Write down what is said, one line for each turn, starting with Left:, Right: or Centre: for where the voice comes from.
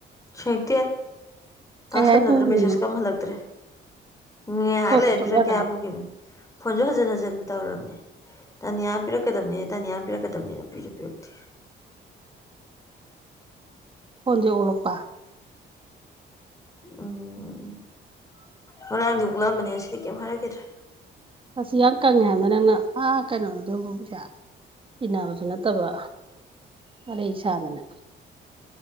Left: ꯁꯣꯏꯇꯦ
Right: ꯀꯩ
Left: ꯇꯥꯁꯟꯅꯗ꯭ꯔꯦ
Right: ꯍꯥꯏ ꯄꯨꯔꯤꯅꯣ
Left: ꯃꯦꯁꯦꯁ ꯀꯝꯍꯜꯂꯛꯇ꯭ꯔꯦ ꯍꯉꯦꯥꯏꯍꯥꯛ
Right: ꯐꯣꯟ
Left: ꯂꯩꯔꯦ
Right: ꯇꯧꯁꯜꯂꯨ
Left: ꯄꯤꯔꯣ
Right: ꯌꯥꯗ꯭ꯔꯣ
Left: ꯀꯌꯥꯕꯨꯒꯤꯅꯣ ꯐꯣꯟꯁꯨ ꯍꯟꯖꯤꯟ ꯍꯖꯤꯟ ꯇꯧꯔꯕꯅꯦ ꯇꯟ ꯌꯥꯝ ꯄꯤꯔꯛꯀꯗꯕꯅꯤ ꯇꯟ ꯌꯥꯝ ꯄꯤꯔꯛꯀꯕꯅꯤꯅ ꯅꯨꯄꯤꯁꯨ ꯄꯤꯔꯛꯇꯦ
Right: ꯍꯣꯟꯗꯤ ꯑꯣꯂꯛꯄꯥ
Left: ꯎꯝ ꯉꯔꯥꯡꯗꯤ ꯎꯛꯂꯛꯑꯝꯕꯅꯦ ꯉꯁꯤꯗꯤ ꯀꯩꯝ ꯍꯥꯏꯔꯛꯈꯤꯗ꯭ꯔꯦ
Right: ꯑꯁꯤꯁꯤ ꯌꯥꯝ ꯀꯪꯉꯦ ꯍꯥꯏꯕꯗ ꯅꯪꯅ ꯑꯥ ꯀꯩꯅꯣꯗꯨꯗꯕꯨ ꯄꯩꯁꯥ ꯇꯤꯟꯅꯅꯕꯁꯨ ꯅꯠꯇꯕ ꯋꯥꯔꯤꯔꯩ ꯁꯥꯥꯗꯅ